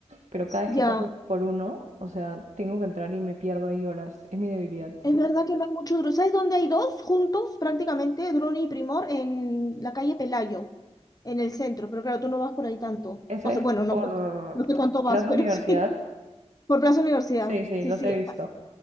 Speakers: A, on the right; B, on the left.
A: Pero cada vez
B: Ya,
A: que paso por uno, o sea, tengo que entrar y me pierdo ahí horas. Es mi debilidad.
B: Es verdad que no hay mucho Dru. ¿Sabes dónde hay dos juntos prácticamente, Druni y Primor, en la calle Pelayo, en el centro? Pero claro, tú no vas por ahí tanto.
A: Esa
B: O
A: es
B: sea, bueno, no
A: por
B: sé, no sé cuánto vas,
A: Plaza
B: pero
A: Universidad.
B: sí. <laughs> Por Plaza Universidad.
A: Sí, sí,
B: Sí,
A: los
B: sí.
A: he visto.